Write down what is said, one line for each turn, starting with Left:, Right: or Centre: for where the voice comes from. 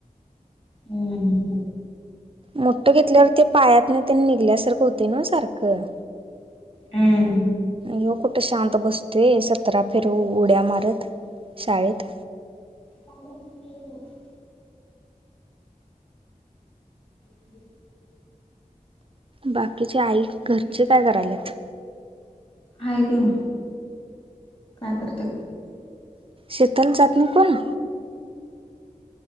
Left: हम्म.
Right: मोठं घेतल्यावर ते पायात न तेन निघल्यासारखं होत नव सारखं.
Left: हम्.
Right: यो कुठ शांत बसतोय सतरा फिरव उड्या मारत, शाळेत.
Left: <inaudible> <inaudible>
Right: बाकीचे आई, घरचे काय करायल्यात?
Left: हायत ना, काय करत्यात?
Right: शेताल जात नाही कोण?